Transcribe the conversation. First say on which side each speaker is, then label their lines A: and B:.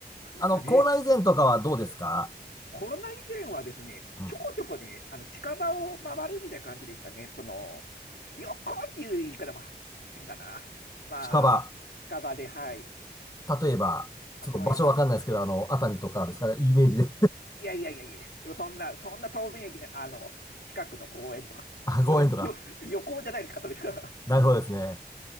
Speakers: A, on the left (about 20°); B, on the left (about 80°).
A: あの、
B: すかね。
A: コロナ以前とかはどうですか
B: コロナ以前はですね、
A: うん。
B: ちょこちょこね、あの近場を回るみたいな感じでしたね。その、旅行っていう言い方も変だな。まあ、
A: 近場。
B: 近場で、はい。
A: 例えば、
B: 例えばです。
A: ちょっと場所わかんないですけど、あの、熱海とかですかね、イメージで
B: いやいやいやいや、でもそんな、そんな遠明駅の、あの、近くの公園とか。
A: <laughs> あ、
B: あ、
A: 公園とか。
B: それ、旅、旅行じゃないですか、それ。<laughs>
A: なるほどですね。